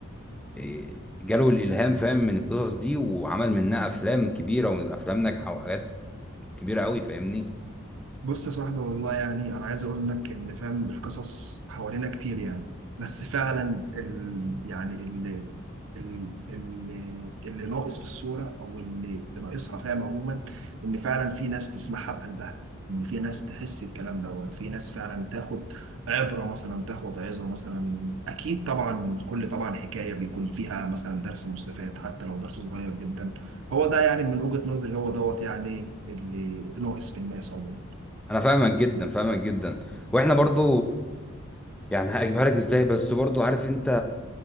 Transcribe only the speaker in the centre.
إيه، جاله الالهام فاهم من القصص دي وعمل منها افلام كبيره وافلام ناجحه وحاجات كبيره قوي فاهمني
انا فاهمك جدا فاهمك جدا واحنا برضو يعني هجيبها لك ازاي بس برضو عارف انت